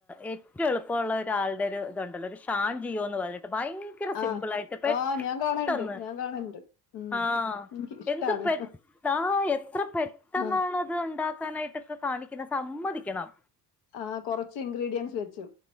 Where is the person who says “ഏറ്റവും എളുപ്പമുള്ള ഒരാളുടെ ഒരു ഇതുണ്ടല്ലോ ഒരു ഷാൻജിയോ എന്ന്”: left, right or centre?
Centre